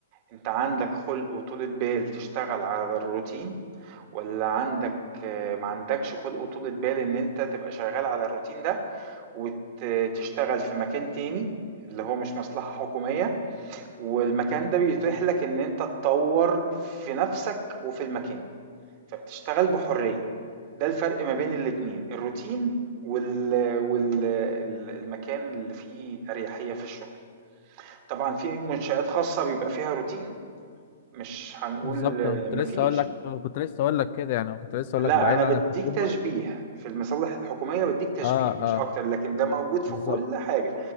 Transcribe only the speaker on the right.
أنت عندك خلق وطولة بال تشتغل على الروتين ولا عندك آه، ما عندكش خلق وطولة بال إن أنت تبقى شغال على الروتين ده وتشتغل في مكان تاني اللي هو مش مصلحة حكومية والمكان ده بيتيح لك ان انت تطور في نفسك وفي المكان فبتشتغل بحرية ده الفرق ما بين الاتنين الروتين وال... وال... ال- المكان اللي فيه أريحية في الشغل طبعا في منشآت خاصة بيبقى فيها روتين مش هنقول
آه،
مفيش
لا
أنا بديك
تشبيه في المصالح الحكومية بديك تشبيه
مش
أكتر لكن ده موجود في
كل حاجة